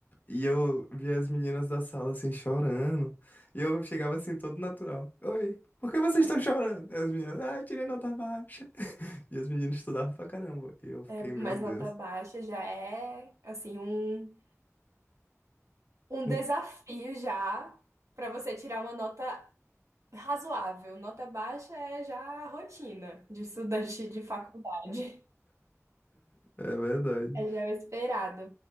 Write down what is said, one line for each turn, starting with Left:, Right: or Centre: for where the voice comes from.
Left: E eu via as meninas da sala assim chorando, e eu chegava assim todo natural. Oi, por que vocês estão chorando? E as meninas, ah, eu tirei nota baixa. <laughs> E as meninas estudavam pra caramba. E eu fiquei,
Right: É,
Left: meu
Right: mais
Left: Deus.
Right: nota baixa já é, assim, um um
Left: <laughs>
Right: desafio já para você tirar uma nota razoável. Nota baixa é já a rotina de estudante de faculdade.
Left: É verdade.
Right: É já o esperado.